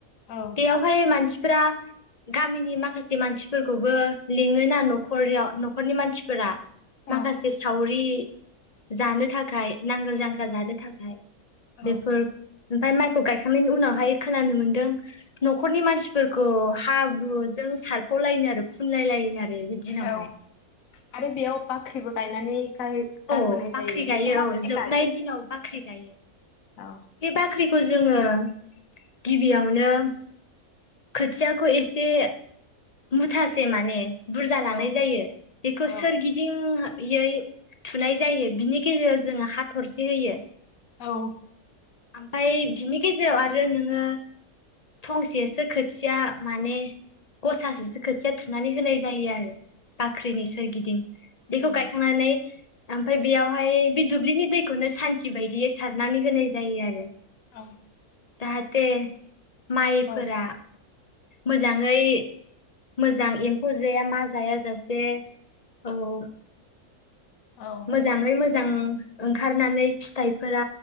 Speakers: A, on the left; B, on the left.
A: औ
B: बेयावहाय मानसि फोर गामिनि माखासे मानसिफोरखौबो लिङोना न'खरयाव न'खरनि मानसिफोरा। माखासे
A: औ
B: सावरि जानो थाखाय नांगोल जांख्रा जानो थाखाय
A: औ
B: बेफोर ओमफ्राय माइ खौ गायखांनायनि उनावहाय खोनानो मोन्दों न'खरनि मानसिफोरखौ हाब्रुजों सारफ'लायोनो आरो फुनलाय लायोनो आरो। बि दिनावहाय।
A: औ आरो बेयाव बाख्रिबो गायनानै गारबोनाय
B: औ बाख्रि
A: जायो
B: गायो
A: बेखौ माबायदि
B: औ जोबनाय
A: गायो
B: दिनाव बाख्रि गायो
A: औ
B: बे बाख्रिखौ जों जोङो गिबियावनो खोथियाखौ एसे मुथासे माने बुरजा लानाय
A: औ
B: जायो बेखौ
A: औ
B: सोरगिदिं यै थुनाय जायो बिनि गेजेराव जोङो हाथरसे होयो।
A: औ।
B: ओमफाय बिनि गेजेराव आरो नोङो थंसेसो खोथिया माने गसासेसो खोथिया थुनानै होनाय जायो आरो। बाख्रिनि सोरगिदिं बेखौ
A: औ
B: गायखांनानै ओमफाय बेयावहाय बे दुब्लिनि दैखौनो सान्थि बायदियै सारनानै होनाय जा जायो आरो।
A: औ।
B: जाहाथे माइफोरा
A: औ
B: मोजाङै मोजां एम्फौ जाया मा जायाजासे औ-औ।
A: औ
B: मोजाङै मोजां ओंखारनानै फिथाइफोरा